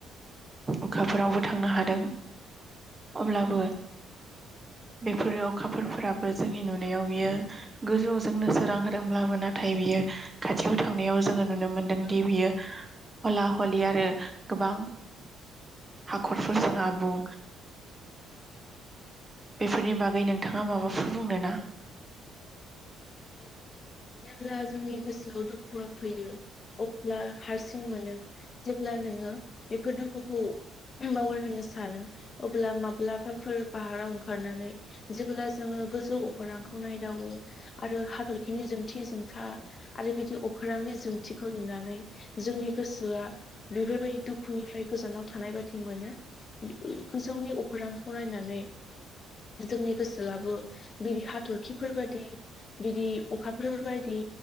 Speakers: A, on the right; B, on the left.
A: अखाफोरावबो थांनो हादों।
B: औ
A: अब्लाबो बेफोरो अखाफोरफोराबो जोंनि नुनायाव बियो गोजौवाव जोंनो सोरां होदोंब्लाबो नाथाय बियो खाथियाव थांनायाव जोङो नुनो मोनदोंदि बियो हला हलि आरो गोबां खरफोरजों आबुं। बेफोरनि बागै नोंथाङा माबाफोर बुंनो ना?
B: <unintelligible> जेब्ला जोंनि गोसोआव दुखुआ फैयो अब्ला हारसिं मोनो। जेब्ला नोङो बेफोर दुखुखौ बावगार होनो सानो अब्ला माब्लाबाफोर बाहाराव ओंखारनानै जेब्ला जोङो गोजौ अखरांखौ नायदावो आरो हादरखिनि जोंथि जोंथा आरो बिदि अखोरांनि जोंथिखौ नुनानै जोंनि गोसोआ बेफोरबायदि दुखुनिफ्राय गोजानाव थानाय बादि मोनो। गोजौनि अखरांखौ नायनानै जोंनि गोसोआबो बिदि हाथरखिफोर बादि बिदि अखाफोर बायदि